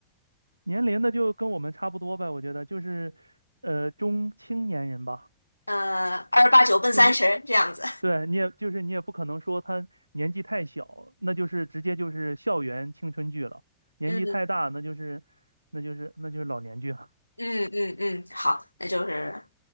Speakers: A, on the right (about 85°); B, on the left (about 80°).
A: 年龄的就跟我们差不多呗，我觉得就是呃中青年人吧。
B: 呃，二八九奔三十这样子。
A: 就是对你也就是你也不可能说他年纪太小，那就是直接就是校园青春剧了；年纪太大，
B: 嗯
A: 那就是那就是那就是老年剧了。
B: 嗯嗯嗯，好，那就是